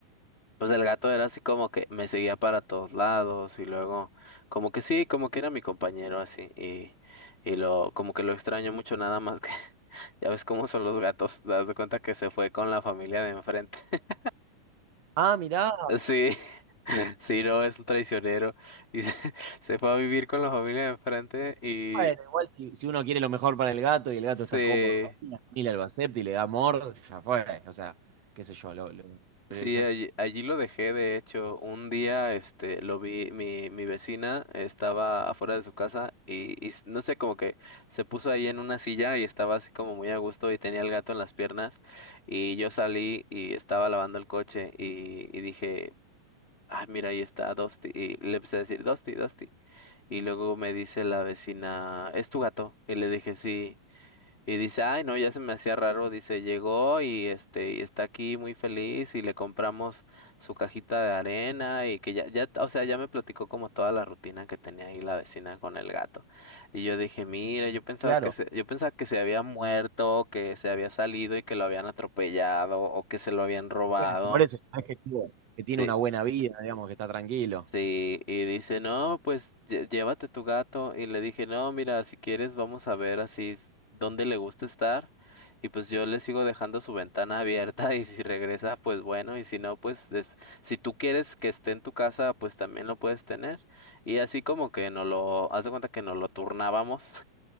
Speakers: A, on the left; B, on the right.
A: Pues el gato era así como que me seguía para todos lados y luego como que sí, como que era mi compañero así y, y lo como que lo extraño mucho nada más que <laughs> ya ves cómo son los gatos, te das de cuenta que se fue con la familia de enfrente. <laughs>
B: Ah, mirá.
A: Sí, <laughs> sí, no, es un traicionero y se, <laughs> se fue a vivir con la familia de enfrente y
B: Bueno, igual si, si uno quiere lo mejor para el gato y el gato
A: se...
B: está cómodo, y la familia lo acepta y le da amor, ya fue. O sea, qué sé yo, lo, lo- pero
A: Sí,
B: quizás,
A: allí, allí lo dejé, de hecho, un día, este, lo vi, mi, mi vecina estaba afuera de su casa y, y s- no sé, como que se puso ahí en una silla y estaba así como muy a gusto y tenía el gato en las piernas y yo salí y estaba lavando el coche y, y dije, ah, mira, ahí está Dusty y le empecé a decir, Dusty, Dusty y luego me dice la vecina, ¿es tu gato? Y le dije, sí. Y dice, ay, no, ya se me hacía raro, dice, llegó y este, y está aquí muy feliz y le compramos su cajita de arena y que ya, ya, o sea, ya me platicó como toda la rutina que tenía ahí la vecina con el gato. Y yo dije, mira, yo pensaba
B: claro,
A: que se, yo pensaba que se había muerto, que se había salido y que lo habían atropellado o que se lo habían robado.
B: Bueno, por eso es que, tuvo- que tiene
A: Sí,
B: una buena vida, digamos, que está tranquilo.
A: Sí, y dice, no, pues lle- llévate tu gato. Y le dije, no, mira, si quieres vamos a ver así s- dónde le gusta estar. Y pues yo le sigo dejando su ventana abierta <laughs> y si regresa, pues bueno, y si no, pues es- si tú quieres que esté en tu casa, pues también lo puedes tener. Y así como que no lo, haz de cuenta que nos lo turnábamos.